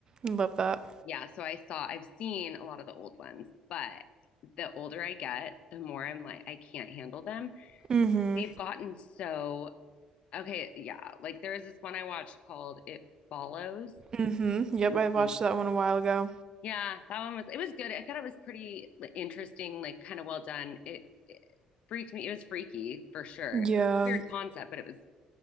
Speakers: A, on the right; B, on the left.
A: I love that.
B: Yeah, so I saw, I've seen a lot of the old ones, but the older I get, the more I'm like, I can't handle them.
A: hmm
B: They've gotten so, okay, yeah. Like there was this one I watched called It Follows.
A: hmm Yep,
B: Have
A: I
B: you
A: watched
B: seen?
A: that one a while ago.
B: Yeah, that one was, it was good. I thought it was pretty like, interesting, like kind of well done. It, it freaked me. It was freaky for sure.
A: Yeah.
B: It was a weird concept, but it was